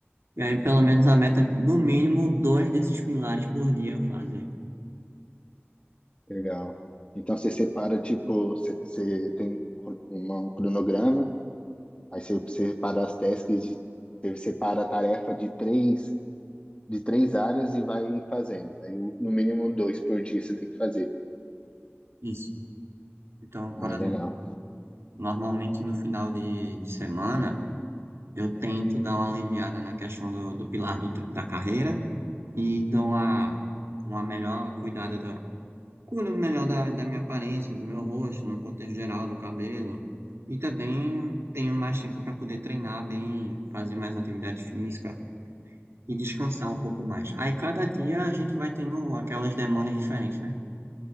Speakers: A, on the right (about 75°); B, on the left (about 25°).
A: E aí, pelo menos, a meta, no mínimo, dois desses pilares por dia eu fazer.
B: legal. Então você separa, tipo, você você tem uma- um cronograma, aí você você separa as tasks, de- você separa a tarefa de três, de três áreas e vai fazendo. Aí o- no mínimo dois por dia você tem que fazer.
A: Isso. Então, por
B: Ah,
A: exemplo,
B: legal.
A: normalmente no final de, de semana, eu tento dar uma aliviada na questão do, do pilar do, tre- da carreira e dou uma, uma melhor cuidada cuido melhor da, da minha aparência, do meu rosto, no contexto geral, do cabelo. E também tenho mais tempo para poder treinar bem, fazer mais atividade física e descansar um pouco mais. Aí cada dia a gente vai tendo aquelas demandas diferentes, né?